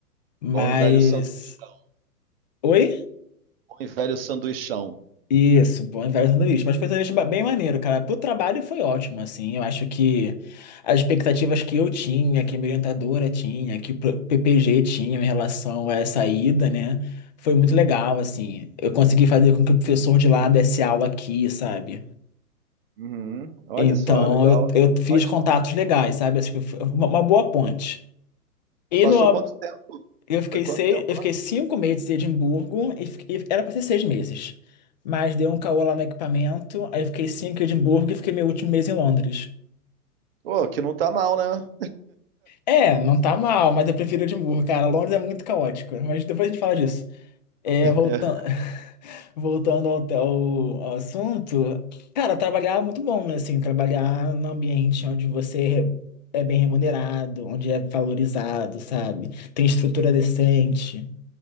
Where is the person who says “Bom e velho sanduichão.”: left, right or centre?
Right